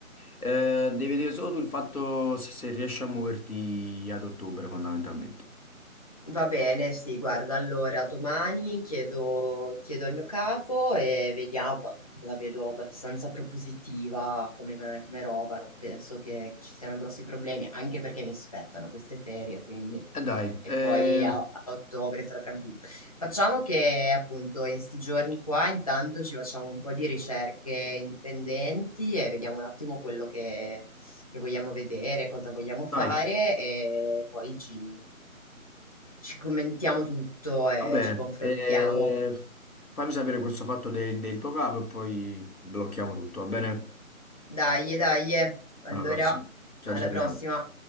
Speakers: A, on the left (about 90°); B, on the left (about 25°).
A: Eh, devi vedere solo tu il fatto se, se riesci a muoverti ad ottobre fondamentalmente.
B: Va bene, sì, guarda, allora domani chiedo, chiedo al mio capo e vediamo, ma la vedo abbastanza propositiva come, come roba, non penso che, che ci siano grossi problemi, anche perché mi spettano queste ferie, quindi...
A: E dai,
B: E poi
A: eh,
B: a, a ottobre sarà tranquillo. Facciamo che appunto in sti giorni qua intanto ci facciamo un po' di ricerche indipendenti e vediamo un attimo quello che vogliamo vedere, cosa vogliamo fare
A: dai.
B: e poi ci, ci commentiamo tutto e
A: Va bene,
B: ci confrontiamo.
A: eh, fammi sapere questo fatto del, del tuo capo e poi blocchiamo tutto, va bene?
B: Dai, dai, allora
A: Alla prossima, ci
B: alla
A: aggiorniamo.
B: prossima.